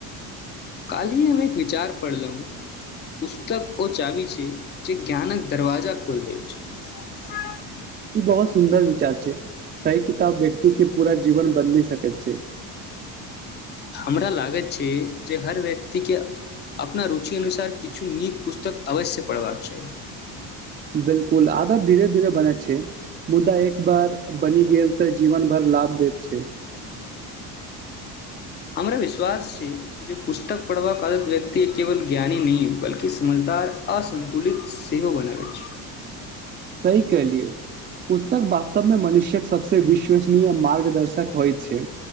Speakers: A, on the left; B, on the right.
A: काल्हिी हम एक विचार पढ़लहुँ, पुस्तक ओ चाबी छै, जे ज्ञानक दरवाजा खोलि दैत छै।
B: ई बहुत सुन्दर विचार छै, सही किताब व्यक्ति के पूरा जीवन बदलि सकैत छै।
A: हमरा लागैत छै, जे हर व्यक्तिके अपना रुचि अनुसार किछु नीक पुस्तक अवश्य पढ़बाक चाह।
B: बिलकुल, आदत धीरे-धीरे बने छै, मुद्दा एक बार बनि गेल तऽ जीवन भर लाभ देैत छै।
A: हमरा विश्वास छै, जे पुस्तक पढ़बाक अलत व्यक्ति केवल ज्ञानी नहि, बल्ि समझदार असन्तुलित सेहो बनाबैत छै।
B: निक कहलियै, पुस्तक वास्तवमे मनुष्य्यक सबस विश्वसनीय मार्गदर्शक होइ छै,